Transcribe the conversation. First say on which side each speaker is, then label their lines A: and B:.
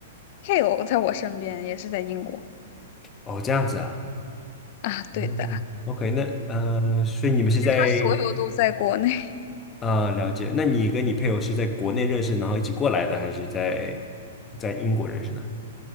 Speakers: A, on the left (about 50°); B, on the left (about 20°).
A: 配偶在我身边，也是在英国
B: 哦，这样子啊。
A: 啊，对的，
B: 嗯，OK，那，嗯、所以你们是在，
A: 他所有都在国内，<laughs>
B: 呃，了解，那你跟你配偶是在国内认识，然后一起过来的，还是在在英国认识的？